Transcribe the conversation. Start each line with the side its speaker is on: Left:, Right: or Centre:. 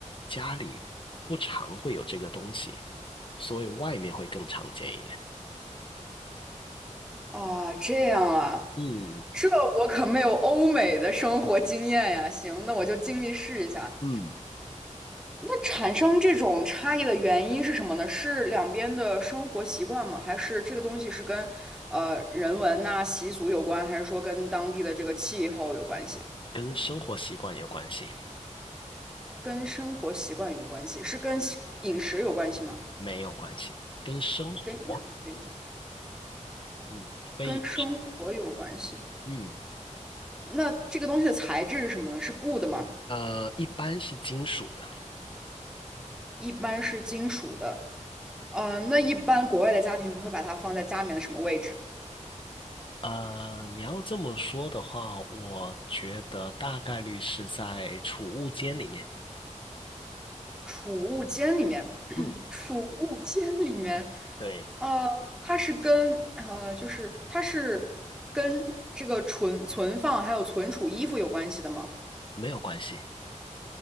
Left: 家里不常会有这个东西，所以外面会更常见一点。
Centre: 啊，这样啊，
Left: 嗯
Centre: 这我可没有欧美的生活经验呀。行，那我就尽力试一下。
Left: 嗯，
Centre: 产生这种差异的原因是什么呢？是两边的生活习惯吗？还是这个东西是跟呃人文呐、习俗有关，还是说跟当地的这个气候有关系？
Left: 跟生活习惯有关系，
Centre: 跟生活习惯有关系？是跟西饮食有关系吗？
Left: 没有关系，跟生活，
Centre: 跟饮食有关，
Left: 嗯，非，
Centre: 跟生活有关系。
Left: 嗯
Centre: 那这个东西的材质是什么呢？是布的吗？
Left: 呃，一般是金属的。
Centre: 一般是金属的。呃，那一般国外的家庭会把它放在家里面的什么位置？
Left: 呃，你要这么说的话，我觉得大概率是在储物间里面。
Centre: 储物间里面，
Left: 嗯，
Centre: <clears throat> 储物间里面，
Left: 对，
Centre: 呃，它是跟呃，就是它是跟这个存存放还有存储衣服有关系的吗？
Left: 没有关系。